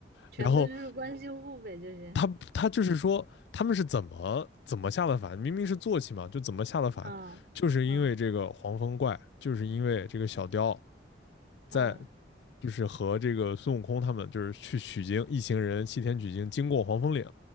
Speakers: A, on the right (about 55°); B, on the left (about 70°).
A: 全都就是关系户呗，
B: 然后
A: 就是，
B: 他他就是说他们是怎么怎么下的凡，明明是坐骑嘛，就怎么下的凡，
A: 嗯嗯
B: 就是因为这个黄风怪，就是因为这个小雕在
A: 嗯，
B: 就是和这个孙悟空他们就是去取经，一行人西天取经，经过黄风岭